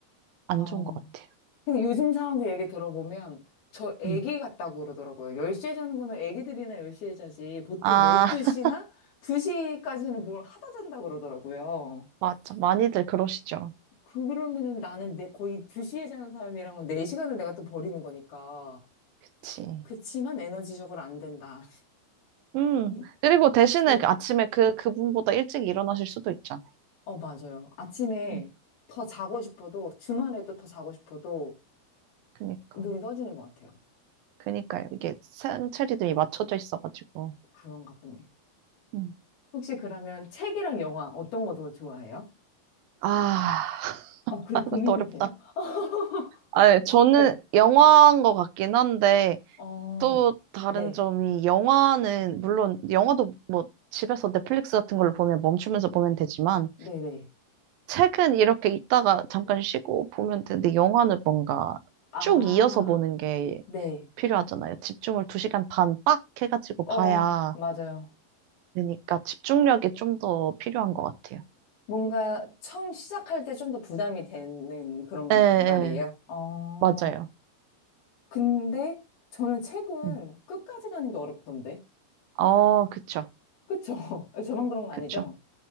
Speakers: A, on the right; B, on the left.
A: 안
B: 아.
A: 좋은 것 같아요.
B: 근데 요즘 사람들 얘기 들어보면 저 애기
A: 음.
B: 같다고 그러더라고요. 10시에 자는 거는 애기들이나 10시에 자지 보통
A: 아,
B: 12시나
A: <laughs>
B: 2시까지는 뭘 하다 잔다고 그러더라고요.
A: 맞아. 많이들 그러시죠.
B: 그러면은 나는 내 거의 2시에 자는 사람이랑은 4시간을 내가 또 버리는 거니까.
A: 그치.
B: 그치만 에너지적으로 안 된다.
A: 음.
B: 음,
A: 그리고 대신에
B: 네.
A: 그 아침에 그, 그분보다 일찍 일어나실 수도 있잖아요.
B: 어, 맞아요. 아침에
A: 음.
B: 더 자고 싶어도, 주말에도 더 자고 싶어도
A: 그니까.
B: 눈이 떠지는 것 같아요.
A: 그니까요. 이게 생체 리듬이 맞춰져 있어가지고.
B: 그런가 보네.
A: 음.
B: 혹시 그러면 책이랑 영화 어떤 거 더 좋아해요?
A: 아, <laughs>
B: 아, 그리고
A: 아, 이것도
B: 고민이
A: 어렵다.
B: 돼요? <laughs>
A: 아, 예, 저는
B: 네.
A: 영화인 것 같긴 한데,
B: 어,
A: 또 다른
B: 네.
A: 점이 영화는 물론 영화도 뭐 집에서 넷플릭스 같은 걸 보면 멈추면서 보면 되지만
B: 네네.
A: 책은 이렇게 있다가 잠깐 쉬고 보면 되는데 영화는 뭔가
B: 아,
A: 쭉 이어서 보는 게
B: 네.
A: 필요하잖아요. 집중을 두 시간 반 빡 해가지고
B: 어,
A: 봐야
B: 맞아요.
A: 되니까 집중력이 좀 더 필요한 것 같아요.
B: 뭔가 처음 시작할 때 좀 더 부담이 되는 그런
A: 예, 예,
B: 말이에요. 어.
A: 맞아요.
B: 근데 저는 책은
A: 음.
B: 끝까지 가는 게 어렵던데.
A: 어, 그쵸,
B: 그쵸? <laughs> 저만 그런 거
A: 그쵸.
B: 아니죠?